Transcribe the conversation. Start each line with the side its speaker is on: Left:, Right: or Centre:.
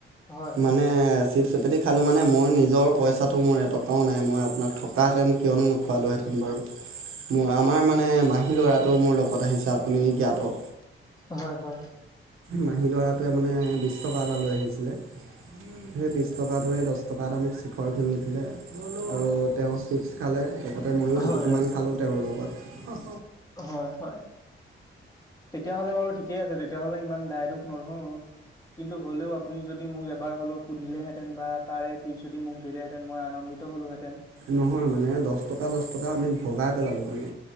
Left: হয়
Right: মানে চিপচ এপেটি খালো মানে মই নিজৰ পইচাটো মোৰ এটকাও নাই মই- আপোনাক ঠগ তাহঁতেন কিয় নোখোৱালো হেতে তেন বাৰু মোৰ আমাৰ মানে মাহী ল'ৰাটো মোৰ লগত আহিছে আপুনি জ্ঞাত।
Left: হয় হয়।
Right: মাহী ল'ৰাটোৱে মানে বিশ টকা এটা লৈ আহিছিলে সেই বিশ দশ টকাটোৱে দশ টকাত আমি ঘৰ ধুনি দিলে আৰু তেওঁ চিপছ খালে লগতে ময়ো দুটুকুমান
Left: হয় হয়
Right: খালো তেওঁৰ লগত। অ'
Left: হয়, হয়। তেতিয়া হ'লে বাৰু ঠিকেই আছে তেতিয়া হ'লে ইমান দায়-দোষ নধৰো। কিন্তু হ'লেও আপুনি যদি মোক এবাৰ হ'লেও সুধিলেহেঁতেন বা তাৰে পিছত যদি মোক দিলেহেঁতেন মই আনন্দিত হলোহেতেন <unintelligible>
Right: নহয় মানে দহ টকা, দহ টকা আমি ভগাই পেলালোঁ মানে।